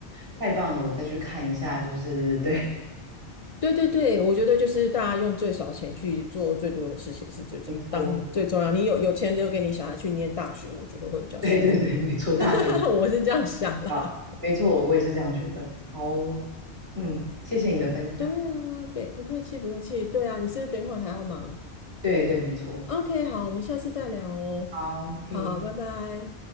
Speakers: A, on the right; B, on the left.
A: 太棒了，我再去看一下。就是对，
B: 对对对，我觉得就是大家用最少钱去做最多的事情是最重，
A: 没错，
B: 当然最重要。你有有钱留给你小孩去念大学，我觉得会比较实在。
A: 对对对，没错，大学
B: <laughs> 我是这样想啦。
A: 啊，没错，我也是这样觉得。好，嗯，谢谢你的分享。
B: 对对啊，别不客气不客气。对啊，你是不是等一会儿还要忙？
A: 对对，没错。
B: OK，好，我们下次再聊哦。
A: 好，OK。
B: 好，拜拜。